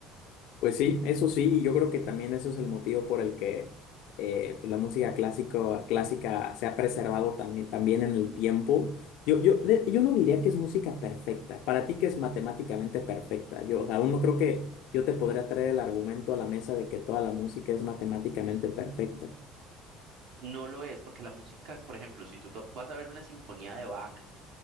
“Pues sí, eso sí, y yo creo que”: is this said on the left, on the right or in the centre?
Left